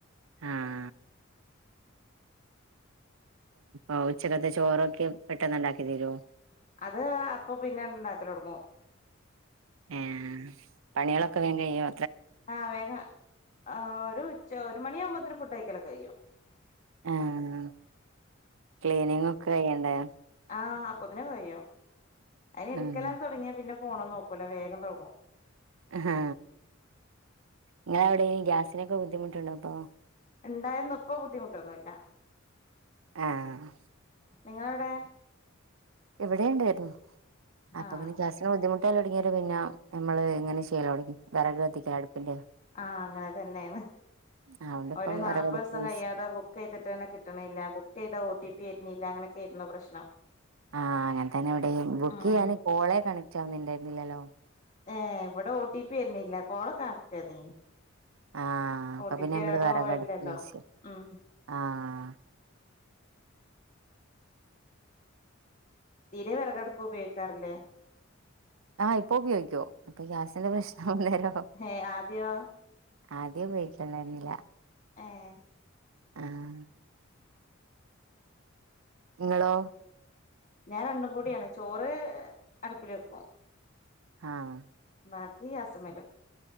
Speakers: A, on the right; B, on the left.
A: ആഹ് ഓ ഉച്ചക്കത്തെ ചോറൊക്കെ പെട്ടെന്ന് ണ്ടാക്കി തീരോ
B: അത് അപ്പൊ പിന്നെ ണ്ടാക്കലൊടുങ്ങു
A: ഏഹ് പണിയേളൊക്കെ വേ കയ്യോ
B: ആഹ് വേഗ ആഹ് ഒരു ച്ച ഒരു മണിയാവുമ്പോത്ത്ന് ഫുഡയ്ക്കലൊക്കെ കയ്യു
A: ഏ ഹ് ക്ലീനിങ്ങൊക്കെ കയ്യണ്ടേ
B: ആഹ് അപ്പൊതിനെക്കെ കയ്യും അയ്ന്
A: ഉം
B: ട്ക്കലൻ തുടങ്ങിയ പിന്നെ ഫോണം നോക്കൂല്ലേ വഗം തൊട്ങ്ങും
A: അഹാ ങ്ങള അവിടെ ഗ്യാസിനൊക്കെ ബുദ്ധിമുട്ടുണ്ടോ പ്പൊ
B: ണ്ടാരുന്നു ഇപ്പോ ബുദ്ധിമുട്ടൊന്നുല്ല
A: ആഹ്
B: നിങ്ങളവടെ
A: എവിടെുണ്ടാരുന്നു അപ്പ
B: ആ
A: പിന്നെ ഗ്യാസ് ബുദ്ധിമുട്ടാല തുടങ്ങിയര പിന്നെ നമ്മള് ഇങ്ങനെ ചെയ്യല്ലോടങ്ങി വിറക്ക് കത്തിക്ക അടുപ്പിന്റെ
B: ആഹ് അങ്ങനെ തന്നെണ്
A: അതുകൊണ്ട് ഇപ്പം
B: ഒരു നാല്പ്പ
A: വിറകടുപ്പ്
B: ദിവസം
A: യൂസ്
B: കഴിയാതെ ബുക്ക് ചെയ്തിട്ട് തന്ന കിട്ടണില്ല ബുക്ക് ചെയ്ത ഒ ടി പി വെര്ന്നില്ല അങ്ങനെയൊക്കാരുന്നു പ്രശ്നം
A: ആഹ് അങ്ങനെ തന്നെ വിടെയും ബുക്ക്
B: ഉം
A: ചെയ്യാണ് കോളേ കണക്ട് ആവുന്നുണ്ടായിരുന്നില്ലല്ലോ
B: ഏ വടെ ഓ ടി പി വര്ന്ല്ല കോള കണക്ടായിർനീനി
A: ആഹ് അപ്പൊ
B: ഓട്ടിപ്പരാതെ
A: പിന്നെ നമ്മള് വെറകടുപ്പ്
B: പോല്ലല്ലോ
A: വെച്ച്
B: ഉം
A: ആഹ്
B: തീരെ വിറകട്പ്പ് ഉപയോഗിക്കാറില്ലേ
A: ആഹ് ഇപ്പൊ ഉപയോഗിക്കു പ്പൊ ഗ്യാസിന്റെ പ്രശ്നം വന്നേരം
B: ഹേ ആദ്യോ
A: ആദ്യം ഉപയോഗിക്കണ്ടാര്ന്നില്ല
B: ഏഹ്
A: ആഹ് ങ്ങളോ
B: ഞാൻ രണ്ടും കൂടിയാണ് ചോറ് അടുപ്പിലെക്കും
A: ആഹ്
B: ബാക്കീ ഗ്യാസ്മെലും